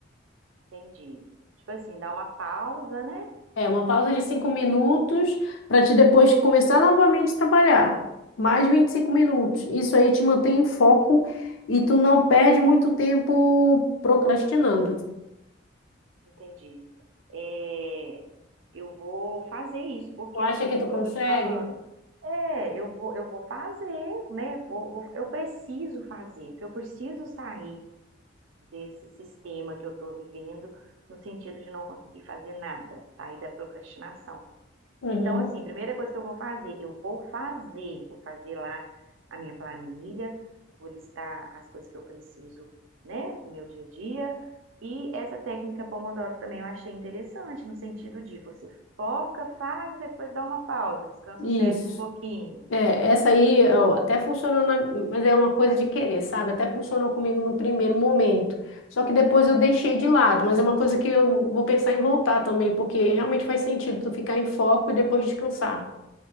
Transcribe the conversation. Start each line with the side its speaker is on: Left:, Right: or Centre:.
Right: Entendi. Tipo assim, dá uma pausa, né?
Left: É uma pausa de 5 minutos para te depois começar novamente a trabalhar. Mais 25 minutos. Isso aí te mantém em foco e tu não perde muito tempo procrastinando.
Right: Entendi. É, eu vou fazer isso, porque
Left: Tu acha
Right: assim,
Left: que tu
Right: igual
Left: consegue?
Right: eu tô te falando, é, eu vou, eu vou fazer, né? Vou, vou- eu preciso fazer, porque eu preciso sair desse sistema que eu tô vivendo, no sentido de não conseguir fazer nada, sair da procrastinação.
Left: Uhum.
Right: Então, assim, primeira coisa que eu vou fazer, eu vou fazer, vou fazer lá a minha planilha, vou listar as coisas que eu preciso, né, no meu dia a dia. E essa técnica Pomodoro também eu achei interessante, no sentido de você foca, faz, depois dá uma pausa, descansa
Left: Isso.
Right: o cérebro um pouquinho.
Left: É, essa aí ó, até funcionou, na- mas é uma coisa de querer, sabe? Até funcionou comigo no primeiro momento. Só que depois eu deixei de lado, mas é uma coisa que eu vou pensar em voltar também, porque realmente faz sentido tu ficar em foco e depois descansar.